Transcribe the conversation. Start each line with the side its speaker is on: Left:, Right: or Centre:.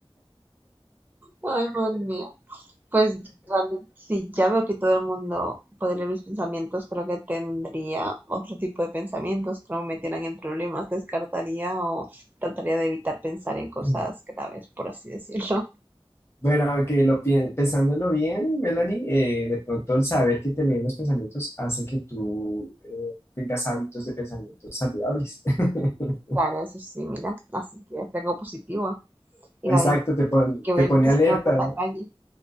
Right: Ay, madre mía. Pues realmente, si ya veo que todo el mundo puede leer mis pensamientos, creo que tendría otro tipo de pensamientos que no me metieran en problemas. Descartaría o trataría de evitar pensar en cosas
Left: <laughs>
Right: graves, por así decirlo.
Left: Bueno, que lo pien- pensándolo bien, Melanie, eh, de pronto el saber que te leen los pensamientos hace que tú eh, tengas hábitos de pensamientos saludables. <laughs>
Right: Claro, eso sí, mira. Así que es algo positivo. Y
Left: Exacto,
Right: nadie me
Left: te pon-
Right: tiene que ver
Left: te pone
Right: desnuda
Left: alerta,
Right: por la
Left: ¿no?
Right: calle.